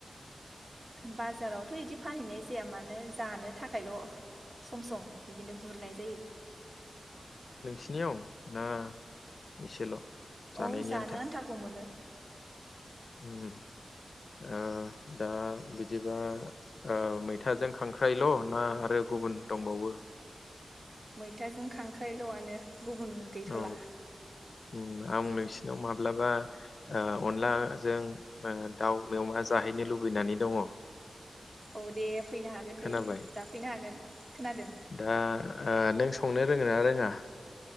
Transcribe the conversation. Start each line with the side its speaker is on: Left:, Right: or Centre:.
Right: बाजारावथ' इदि फानहैनाय जाया मानो जानो थाखायल' सम सम। बिदिनो गुरनाय जायो।
Left: सिनियाव ना एसेल। जानायनि
Right: औ जानो
Left: आन्था
Right: आन्थाखौ मोनो।
Left: उम ओ दा बिदिबा ओ मैथाजों खांख्राइल ना आरो गुबुन दंबावो?
Right: मैथाजों खांख्राइल आनो। गुबुन गैथ
Left: औ
Right: ला।
Left: उम आं नोंसिनाव माब्लाबा ओ अनलाजों ओ दाउ मेवा जाहैनो लुबैनानै दङ।
Right: औ दे फैनो हागोन
Left: खोनाबाय
Right: दे जाफैनो हागोन। खोनादों
Left: दा ओ नों सौ संनो रोङो ना रोङा?